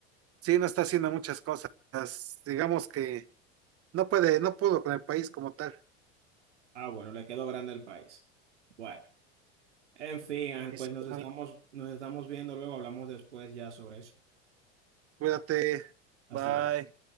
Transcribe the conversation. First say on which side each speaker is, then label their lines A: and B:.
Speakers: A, on the right (about 45°); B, on the right (about 85°).
A: sí, no está haciendo muchas cosas, digamos que no puede, no pudo con el país como tal.
B: ah, bueno, le quedó grande el país. Bueno, en fin, Ángel,
A: Y
B: pues
A: sí,
B: nos estamos,
A: bueno,
B: nos estamos viendo luego, hablamos después ya sobre eso.
A: cuídate,
B: Hasta
A: bye.
B: luego.